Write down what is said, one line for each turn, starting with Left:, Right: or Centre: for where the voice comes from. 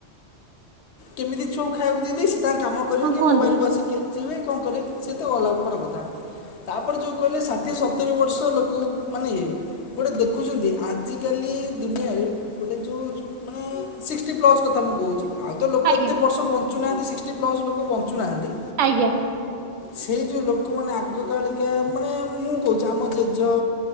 Left: କେମିତି ଛୁଆ ଙ୍କୁ ଖାଇବାକୁ ଦେଇଦେଇ ସିଏ ତାଙ୍କର କାମ କରିବେ
Right: ହଁ
Left: କି
Right: କୁହନ୍ତୁ
Left: ମୋବାଇଲ ବସିକି ଯିବେ କି କଣ କରିବେ ସେଇଟା ଅଲଗା ପ୍ରକାର କଥା। ତାପରେ ଯଉ କହିଲେ ଷାଠିଏ ସତୁୁରୀ ବର୍ଷ ଲୋକ ମାନେ ଇଏ ଗୋଟେ ଦେଖୁଛନ୍ତି ଆଜିକାଲି ଦୁନିଆରେ ଗୋଟେ ଯୋଉ ମାନେ ସିଷ୍ଟୀ ପ୍ଲସ୍ କଥା ମୁଁ କହୁଛି ଆଉ। ଲୋକ
Right: ଆଜ୍ଞା
Left: ଏତେ ବର୍ଷ ବଞ୍ଚୁନାହାଁନ୍ତି ସିକ୍ଟୀ ପ୍ଲସ୍ ଲୋକ ବଞ୍ଚୁନାହାନ୍ତି।
Right: ଆଜ୍ଞା।
Left: ସେଇ ଯେଉଁ ଲୋକମାନେ ଆଗକାଳିକା ମାନେ ମୁଁ କହୁଛି ଆମ ଜେଜ